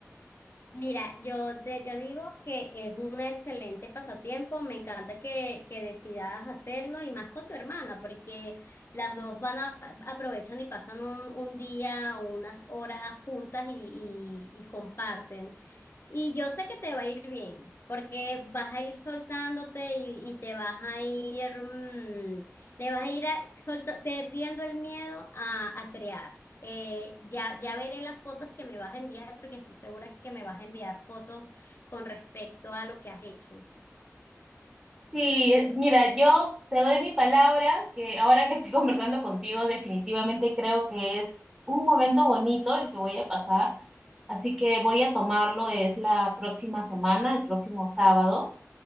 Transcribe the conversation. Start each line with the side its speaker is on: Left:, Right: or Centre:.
Left: Mira, yo te yo digo que es un excelente pasatiempo, me encanta que, que decidas hacerlo y más con tu hermana, porque las dos van a aprovechan y pasan un, un día o unas horas juntas y, y y comparten. Y yo sé que te va a ir bien, porque vas a ir soltándote y, y te vas a ir, mm, le vas a ir a- solta- perdiendo el miedo a, a crear. Eh, ya, ya veré las fotos que me vas a enviar porque estoy segura que me vas a enviar fotos con respecto a lo que has hecho.
Right: Sí, eh, mira, yo te doy mi palabra que ahora que estoy <laughs> conversando contigo, definitivamente creo que es un momento bonito el que voy a pasar, así que voy a tomarlo, es la próxima semana, el próximo sábado.